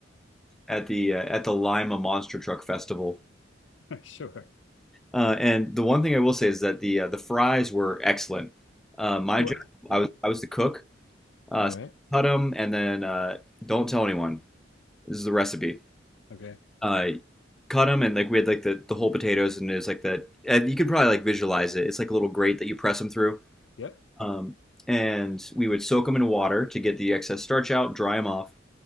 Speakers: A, in the centre; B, on the left.
A: at the uh, at the Lima Monster Truck Festival.
B: Sure.
A: Uh, and the one thing I will say is that the uh, the fries were excellent. Uh, my
B: Well,
A: job,
B: all
A: I
B: right.
A: was I was the cook, Uh,
B: All right.
A: cut them and then uh, don't tell anyone. This is the recipe.
B: Okay.
A: Uh, cut them and like we had like the, the whole potatoes and it's like that. And you could probably like visualize it. It's like a little grate that you press them through.
B: Yep.
A: Um, and we would soak them in water to get the excess starch out, dry them off,